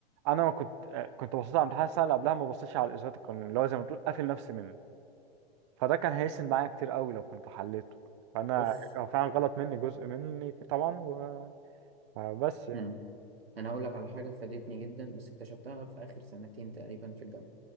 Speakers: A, on the right (about 30°); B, on the right (about 70°).
A: أنا ما كنت آه، كنت بصيت على امتحان السنة اللي قبلها ما بصيتش على إزالة القانون اللي هو زي ما تقول قافل نفسي منه فده كان هيسند معايا كتير قوي لو كنت حليته فأنا
B: بص
A: هو فعلا غلط مني جزء مني طبعا و... بس يعني
B: مم. انا هقول لك على حاجه فادتني جدا بس اكتشفتها في اخر سنتين تقريبا في الجامعه